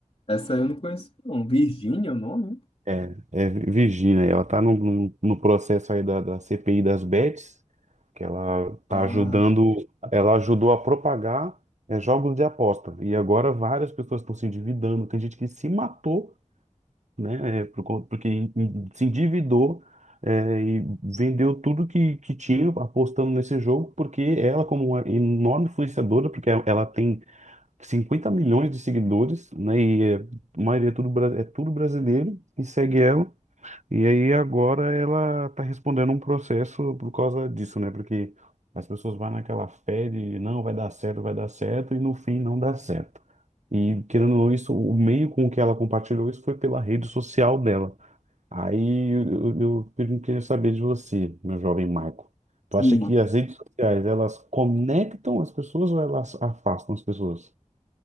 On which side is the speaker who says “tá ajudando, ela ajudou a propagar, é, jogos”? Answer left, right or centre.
Right